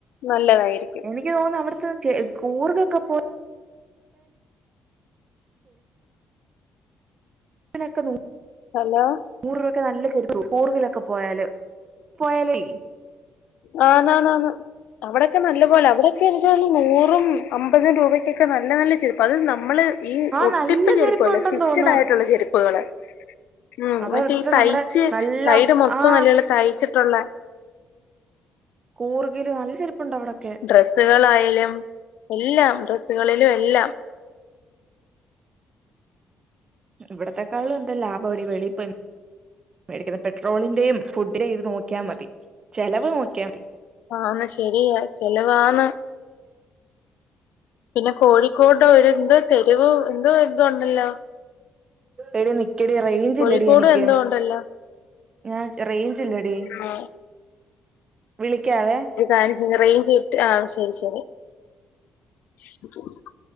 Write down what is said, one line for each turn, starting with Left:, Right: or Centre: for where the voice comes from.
Left: നല്ലതായിരിക്കും
Right: എക്ക് തോന്ന അവിടു കൂറൊക്കെ പോ ക്കെുന്നുോ <unintelligible>
Left: ഹലോ
Right: നൂറ്ൂപൊക്കെ നല്ല ചെരുപ്പ് കൂറുകിലൊക്കെ പോയാല് പോയാലേ
Left: ആ ന്നാ ന്നാണ് അവിടെൊക്കെ നല്ലപോലെ അവിടെൊക്കെ എന്താണ് നൂറും അമ്പതും രൂപയ്ക്കൊക്കെ നല്ല നല്ല ചെരുപ്പാ അത് നമ്മള് ഈ
Right: ആ
Left: ഒട്ടിപ്പ്
Right: നല്ല
Left: ചെരുപ്പ
Right: ചെരുപ്പ്
Left: അല്ലെ
Right: ഉണ്ടെന്ന്
Left: സ്‌റ്റിച്ചഡ്
Right: തോന്നുന്നു
Left: ആയിട്ടുള്ള ചെരുപ്പുകള് ഉം
Right: അതാ
Left: മറ്റേ
Right: ഇത്ര
Left: ഈതയ്ച്ച്
Right: നമ്മുടെ നല്ല
Left: സൈഡ് മൊത്തം
Right: ആ
Left: നല്ലല്ല തയ്ച്ചിട്ടുള്ള
Right: കൂർ ഗില് നല്ല ചെപ്പുണ്ടണ്ട് അവിടൊക്കെ
Left: ഡ്രസ്സുകളായാലും എല്ലാം ഡ്രസ്സുകളിലും എല്ലാം
Right: ഇവിടത്തെക്കാളും എന്താ ലാഭം അടി വളി ഇ മേടിക്കുന്ന പെട്രോളിന്റെയും ഫുഡിന്റെ ഇത് നോക്കിയൽ മതി ചെലവ് നോക്കിയാൽ മതി
Left: ആശരിയ ചെലവാാണ് പിന്നെ കോഴിക്കോട് ഒരുന്തോ തെരുവ് എന്തോ എന്ത ഉണ്ടല്ലോ
Right: എടി നിക്കടി റേഞ്ച്
Left: കോഴിക്കോട്
Right: ഇല്ലടി എനിക്ക്
Left: എന്തോ ഉണ്ടല്ലോ
Right: ഞാൻ റേഞ്ചില്ലടി
Left: ആ
Right: വിളിക്കാവേ
Left: ആഹ് റേഞ്ച് ചെയ്ട്ട് ആഹ് ശരി ശരി അ